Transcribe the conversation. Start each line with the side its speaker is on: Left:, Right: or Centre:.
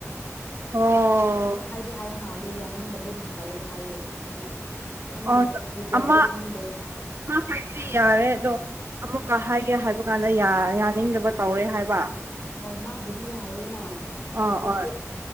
Right: ꯑꯣ
Left: ꯑꯃꯨꯛ ꯍꯥꯏꯗꯤ ꯍꯥꯏꯕ ꯃꯥꯂꯦ ꯌꯥꯅꯤꯡꯗꯕꯒꯨꯝ ꯇꯧꯋꯦ ꯍꯥꯏꯌꯦ ꯑꯗꯨꯒꯤ ꯈꯪꯗꯦ
Right: ꯑꯣ
Left: ꯗꯤꯇꯦꯜꯗꯤ
Right: ꯑꯃ
Left: ꯈꯪꯗꯦ
Right: ꯑꯃ ꯍꯥꯏꯗꯤ ꯌꯥꯔꯦ ꯑꯗꯣ ꯑꯃꯨꯛꯀ ꯍꯥꯏꯒꯦ ꯍꯥꯏꯕ ꯀꯥꯟꯗ ꯌꯥꯅꯤꯡꯗꯕ ꯇꯧꯔꯦ ꯍꯥꯏꯕ
Left: ꯍꯣꯏ ꯃꯥꯒꯤꯗꯤ ꯌꯥꯔꯦꯅ
Right: ꯑꯥ
Left: ꯍꯧꯖꯤꯛꯁꯦ
Right: ꯑꯣꯏ